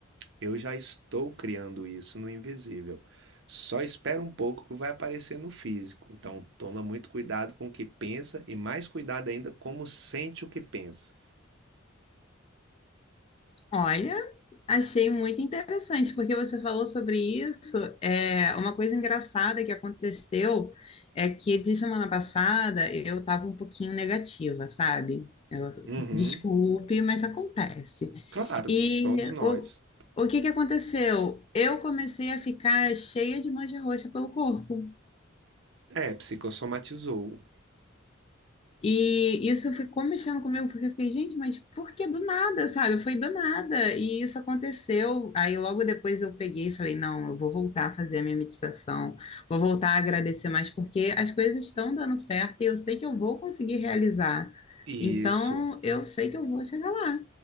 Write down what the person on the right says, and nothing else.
eu já estou criando isso no invisível. Só espera um pouco que vai aparecer no físico. Então, toma muito cuidado com o que pensa e mais cuidado ainda como sente o que pensa.
Uhum,
claro,
todos nós.
É, psicossomatizou.
Isso.